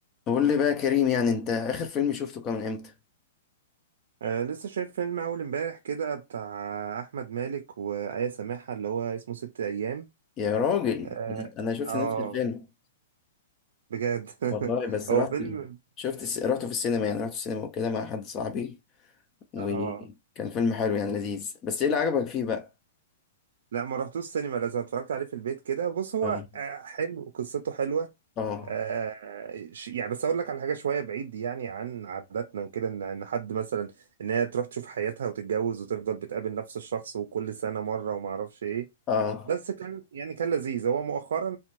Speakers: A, on the left; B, on the right.
A: قول لي بقى يا كريم يعني انت اخر فيلم شفته كان امتى
B: آه لسه شايف فيلم أول امبارح كده بتاع آه، أحمد مالك وآية سماحة اللي هو اسمه ست أيام
A: يا راجل
B: آه,
A: انا أنا شفت
B: آه
A: نفس الفيلم
B: بجد <laughs>
A: والله بس
B: هو
A: رحت
B: فيلم
A: ال- شفت الس- رحته في السينما يعني رحت السينما وكده مع حد صاحبي وكان
B: آه
A: فيلم حلو يعني لذيذ بس ايه اللي عجبك فيه بقى
B: لا ما رحتوش السينما لازم اتفرجت عليه في البيت كده بص هو
A: اه
B: آه، حلو قصته حلوة
A: اه
B: آه، ش- يعني بس اقول لك على حاجه شويه بعيد يعني عن عاداتنا وكده ان ان حد مثلا ان هي تروح تشوف حياتها وتتجوز وتفضل بتقابل نفس الشخص وكل سنه مره وما اعرفش ايه
A: اه
B: بس كان يعني كان لذيذ هو مؤخرا